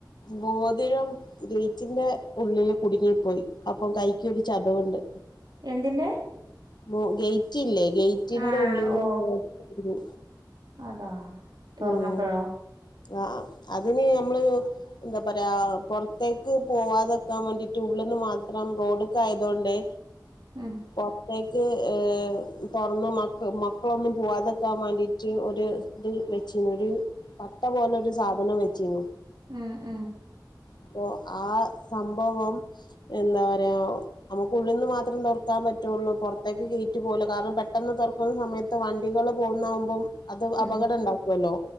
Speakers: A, on the left; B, on the right.
A: മോതിരം- ഗ്ളിറ്റിന്റെ ഉള്ളില് കുടുങ്ങി പോയി അപ്പൊ കൈക്ക് ഒരു ചതവുണ്ട്.
B: എന്തിന്റെ-
A: ഉം ഗേറ്റ് ഇല്ലേ ഗേറ്റിന്റെ
B: ആ
A: ഉള്ളില്കുടിങ്ങി
B: ഓ അതാ- തുറന്നപ്പോഴോ
A: ഉം ആ അതിന് ഞമ്മള് എന്താ പറയാ പുറത്തേക്ക് പോവാതെക്കാൻ വേണ്ടിട്ട് ഉള്ളന്ന് മാത്രം റോഡിക്ക് ആയതോണ്ട്-
B: ഉം
A: പോർത്തേക്ക് തുറന്ന് മക്ക മക്കളൊന്നും പോവാതെക്കാൻ വേണ്ടിയിട്ട് ഒരു ഇത്. ഒരു ച്ചട്ട പോലെരു സാധനം വെച്ചിനു
B: ആഹ് ആഹ്
A: അപ്പോ ആ സംഭവം എന്താ പറയാ- നമുക്ക് ഉള്ളിൽ നിന്ന് മാത്രം തുറക്കാൻ പറ്റുള്ളൂ പുറത്തേക്ക് ഗേറ്റ് പോകുയില്ല കാരണം പെട്ടെന്ന് തോർക്കുമ്പോ തോർകുന്ന സമയത്ത് വണ്ടികള് പോകുന്നാകുമ്പോ- അത് അപകടം
B: ഉം
A: ഉണ്ടാക്കുവല്ലോ.